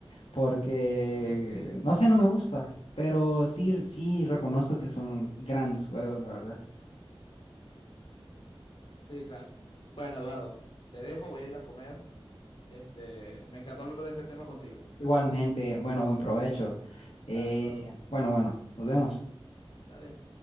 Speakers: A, on the left (about 85°); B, on the left (about 60°).
A: porque,
B: Mm, ok,
A: no sé, no me gusta, pero sí, sí reconozco que son grandes juegos, la verdad.
B: sí, claro. Bueno, Eduardo, te dejo, voy a ir a comer. Este, me encantó hablar de este tema contigo.
A: Igualmente, bueno, buen provecho. Eh,
B: Dale, Eduardo,
A: bueno, bueno, nos vemos.
B: dale.